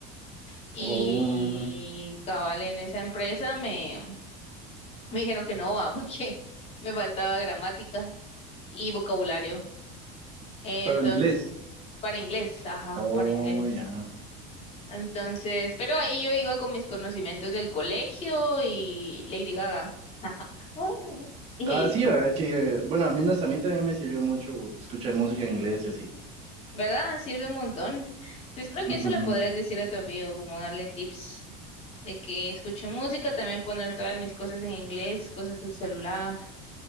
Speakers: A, on the left; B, on the right.
A: Y
B: Oh,
A: cabal en esa empresa me, me dijeron que no, va, <laughs> porque me faltaba gramática y vocabulario. Entonces,
B: para el inglés.
A: para inglés, ajá,
B: Oh,
A: para inglés.
B: ya.
A: Entonces, pero ahí yo iba con mis conocimientos del colegio y Lady Gaga. <laughs> Y,
B: Ah, sí, ¿verdad? Que, eh, bueno, al menos a mí también me sirvió mucho escuchar música en inglés y así.
A: ¿verdad? Sirve un montón. Entonces, creo que
B: Ujú.
A: eso le podrías decir a tu amigo, como darle tips de que escuche música, también poner todas mis cosas en inglés, cosas del celular,